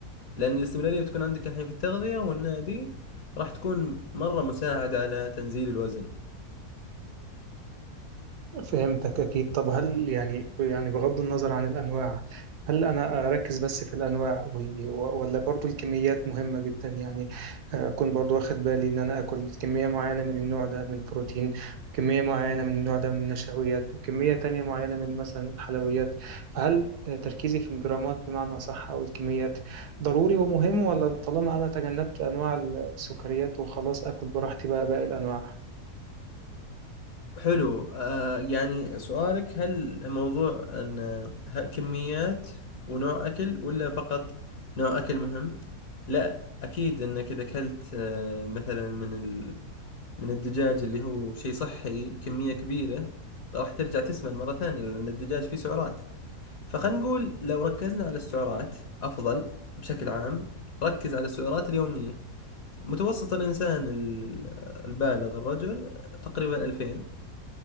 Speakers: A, on the left; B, on the right.
A: لأن الاستمرارية بتكون عندك الحين في التغذية والنادي راح تكون مرة مساعدة على تنزيل الوزن
B: فهمتك أكيد طب هل يعني يعني بغض النظر عن الأنواع هل أنا أركز بس في الأنواع و- و- ولا برضو الكميات مهمة جدا يعني آه، أكون برضو واخد بالي إن أنا أكل كمية معينة من النوع ده من البروتين وكمية معينة من النوع ده من النشويات وكمية تانية معينة من مثلا الحلويات فهل آه، تركيزي في الجرامات بمعنى أصح أو الكميات ضروري ومهم ولا طالما أنا تجنبت أنواع السكريات وخلاص أكل براحتي بقى باقي الأنواع؟
A: حلو آه يعني سؤالك هل موضوع أن ه- كميات ونوع أكل ولا فقط نوع أكل مهم؟ لا أكيد أنك إذا أكلت آه مثلا من ال من الدجاج اللي هو شيء صحي كمية كبيرة راح ترجع تسمن مرة ثانية لأن الدجاج فيه سعرات فخلينا نقول لو ركزنا على السعرات أفضل بشكل عام ركز على السعرات اليومية متوسط الإنسان ال- البالغ الرجل تقريبا 2000